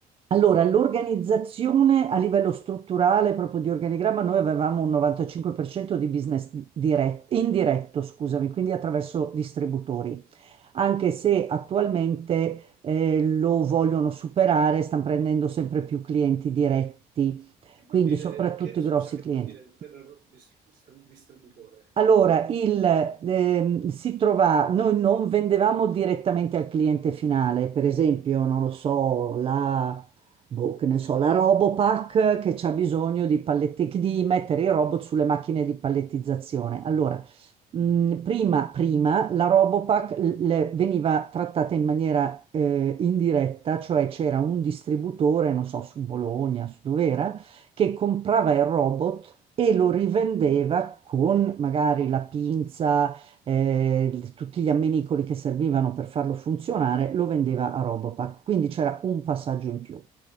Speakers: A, on the right; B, on the right.
A: Allora, l'organizzazione a livello strutturale, proprio di organigramma, noi avevamo un 95% di business diretto, indiretto, scusami, quindi attraverso distributori, anche se attualmente eh, lo vogliono superare, stanno prendendo sempre più clienti diretti,
B: vuol
A: quindi
B: dire,
A: soprattutto
B: che- scusa,
A: i grossi
B: che
A: clienti.
B: vuol dire per dist- stri- distributore?
A: Allora,
B: Cioè,
A: il,
B: eh,
A: ehm, si trova, noi non vendevamo direttamente al cliente finale, per esempio, non lo so, la, boh, che ne so, la Robopack che c'ha bisogno di palletti, di mettere i robot sulle macchine di pallettizzazione. Allora, mh, prima, prima la Robopack l- le- veniva trattata in maniera eh, indiretta, cioè c'era un distributore, non so, su Bologna, su dov'era, che comprava il robot e lo rivendeva con magari la pinza, eh, il- tutti gli ammenicoli che servivano per farlo funzionare, lo vendeva a Robopack. Quindi c'era un passaggio in più.